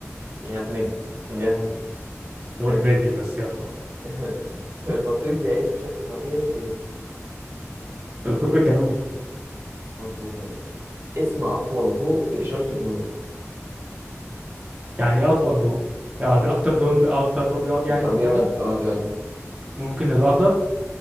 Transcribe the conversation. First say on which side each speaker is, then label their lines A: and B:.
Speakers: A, on the right; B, on the right.
A: يا ابن ال- جامد
B: دول
A: ماشي
B: بدري بس يلا بقى.
A: <laughs> البطريق بيعيش بشكل طبيعي فين
B: في القطب الجنوبي
A: مظبوط ماشي اسم أطول ضوء في إشارة المرور
B: يعني ايه أطول ضوء؟ يعني أكتر دول أكتر ضوء بيقعد يعني
A: طب
B: في المدة
A: بيقعد اه بيقعد مد...
B: ممكن الأخضر